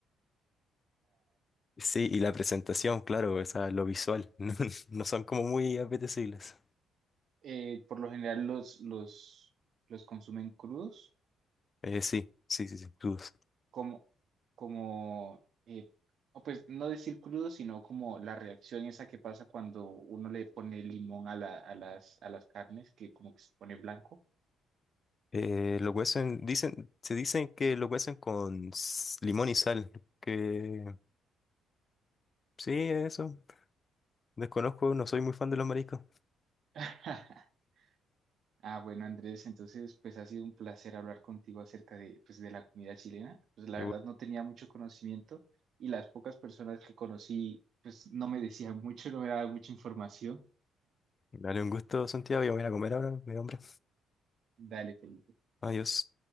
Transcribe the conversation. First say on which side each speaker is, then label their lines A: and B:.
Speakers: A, on the left; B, on the right.
A: Sí, y la presentación, claro, o sea, lo visual, <laughs> no, no son como muy apetecibles.
B: Eh, por lo general los, los, los consumen crudos,
A: Eh, sí, sí, sí, sin dudas.
B: como, como eh, o pues no decir crudos, sino como la reacción esa que pasa cuando uno le pone limón a, la- a las, a las carnes, que como que se pone blanco.
A: Eh, lo cuecen, dicen, se dicen que lo cuecen con s- limón y sal, que sí, eso, desconozco, no soy muy fan de los mariscos.
B: <laughs> Ah, bueno, Andrés, entonces pues ha sido un placer hablar contigo acerca de, pues, de la comida chilena. Pues la
A: Y
B: verdad
A: bueno,
B: no tenía mucho conocimiento y las pocas personas que conocí pues no me decían mucho, no me daban mucha información.
A: dale un gusto, Santiago, yo me voy a ir a comer ahora, mi hombre.
B: Dale, Felipe.
A: Adiós.